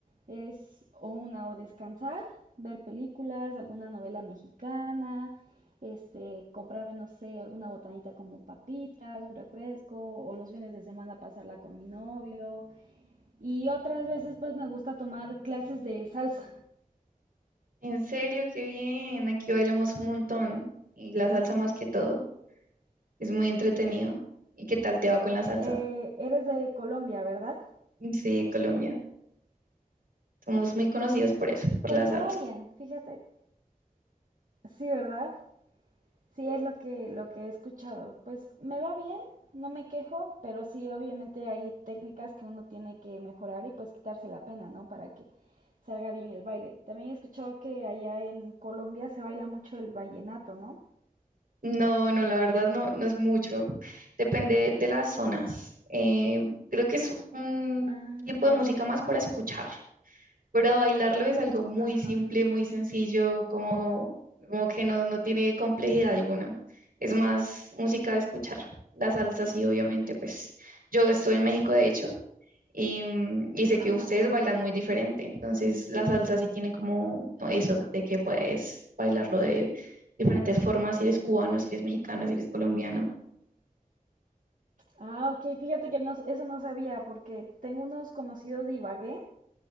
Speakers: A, on the right (about 65°); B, on the right (about 80°).
A: es o una o descansar, ver películas, alguna novela mexicana, este, comprarme, no sé, alguna botanita como papitas, un refresco, o los fines de semana pasarla con mi novio. Y otras veces pues me gusta tomar clases de salsa.
B: En serio, qué bien. Aquí bailamos un montón y la salsa más que todo. Es muy entretenido. ¿Y qué tal te va con la salsa?
A: Ta- eh, eres de Colombia, ¿verdad?
B: Sí, Colombia. Somos muy conocidos por eso, por la
A: Pues me
B: salsa.
A: va bien, fíjate. Sí, ¿verdad? Sí, es lo que, lo que he escuchado. Pues me va bien, no me quejo, pero sí, obviamente hay técnicas que uno tiene que mejorar y pues quitarse la pena, ¿no? Para que salga bien el baile. También he escuchado que allá en Colombia se baila mucho el vallenato, ¿no?
B: No, no, la verdad no, no es mucho. Depende de las zonas. Eh, creo que es un
A: Ah,
B: tipo
A: ok.
B: de música más para escuchar. Pero bailarlo es algo muy
A: Ajá.
B: simple, muy sencillo, como, como que no, no tiene complejidad alguna. Es más música de escuchar. La salsa sí, obviamente, pues yo estuve en México, de hecho, y, mm, y sé
A: Ajá.
B: que ustedes bailan muy diferente. Entonces, la salsa sí tiene como eso, de que puedes bailarlo de diferentes formas, si eres cubano, si eres mexicano, si eres colombiano.
A: Ah, ok, fíjate que no, eso no sabía porque tengo unos conocidos de Ibagué,